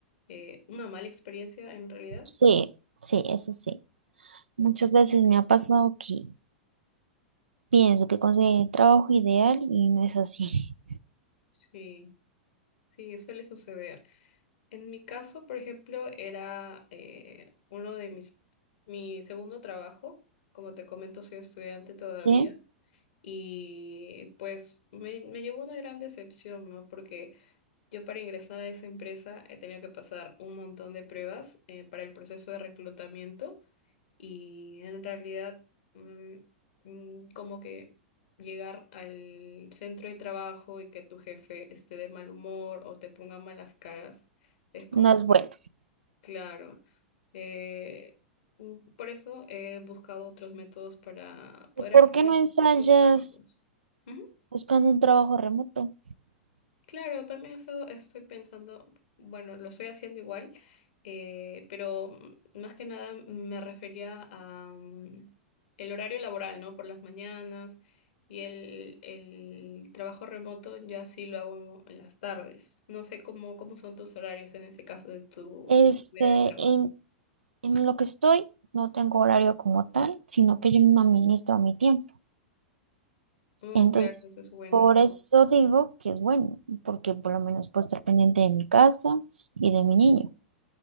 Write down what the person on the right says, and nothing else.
Sí, sí, eso sí. Muchas veces me ha pasado que pienso que conseguí el trabajo ideal y no es así,
<laughs> ¿sí?
No es
bueno.
¿Por
qué no ensayas
buscando un trabajo remoto?
Este,
em, En lo que estoy, no tengo horario como tal, sino que yo me administro a mi tiempo.
Entonces,
por eso digo que es bueno, porque por lo menos puedo estar pendiente de mi casa y de mi niño.